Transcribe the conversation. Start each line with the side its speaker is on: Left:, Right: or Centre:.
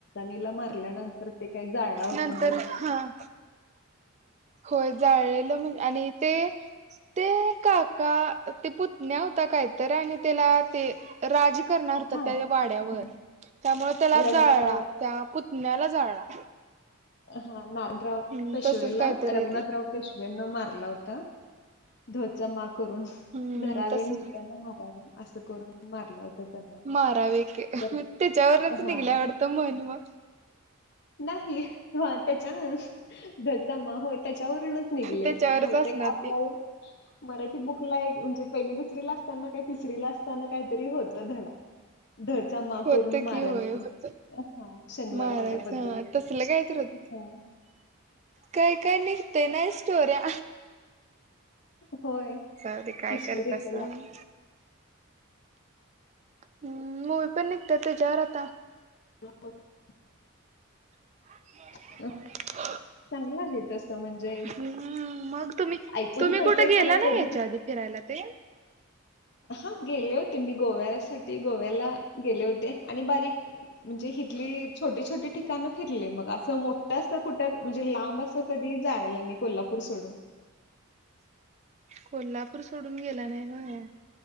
Left: नीला मारल्या नंतर ते काही जाळला होता
Right: नंतर
Left: म्ह
Right: हा होय, जाळलेल म्हण आणि ते ते काका ते पुतण्या होता काहीतरी, आणि त्याला ते राज करणार होता
Left: हा
Right: त्या
Left: हम्म.
Right: वाड्यावर त्यामुळं त्याला
Left: रघुनाथराव
Right: जाळला, त्या पुतण्याला जाळला.
Left: हा, नारायणराव
Right: हम्म
Left: पेशवेला
Right: तसच कायतर
Left: रघुनाथराव
Right: हाय ते
Left: पेशवेनं मारला होता. ध चा मा करून,
Right: हम्म
Left: धरावे
Right: तसच
Left: म्हणताना मारावे असं करून मारलं होतं त्यांना.
Right: धरावे की त्याच्यावरूनच
Left: तर हा
Right: निघल्या वाटतं‌ म्हण मग.
Left: नाही, त्याच्यान ध चा म हो त्याच्यावरूनच निघलंय,
Right: त्याच्यावरच
Left: बहुतेक
Right: असणार
Left: आपल्याला
Right: ती
Left: मराठी बुक ला एक म्हणजे पहिली दुसरीला असताना काय तिसरीला असताना काहीतरी होतं धडा. ध चा मा
Right: होत
Left: करून मारायचं,
Right: की होय होत
Left: हा शनिवार
Right: मारायचं
Left: वाड्याबद्दल.
Right: हा तसलं काय तर होत
Left: ह हा
Right: काय काय निघते ना स्टोऱ्या.
Left: होय
Right: जाऊदे काय
Left: हिस्टॉरिकल
Right: करत्या सांग. हम्म, मूवी पण निघत्या त्याच्यावर आता.
Left: <unintelligible>
Right: <inaudible>
Left: आहे. चांगलं आहे तसं म्हणजे
Right: हम्म, मग तुम्ही
Left: ऐकून
Right: तुम्ही
Left: माहित
Right: कुठे
Left: आहे खरं
Right: गेला नाही
Left: कधी
Right: ह्याच्या आधी फी रायला ते
Left: हा गेले होते मी गोव्यासाठी गोव्याला गेले होते आणि बारीक म्हणजे हितली छोटी छोटी ठिकाणं फिरले मग असं मोठं असं कुठं म्हणजे लांब असं कधी जायला नाही कोल्हापूर सोडून.
Right: कोल्हापूर सोडून गेला नाही होय?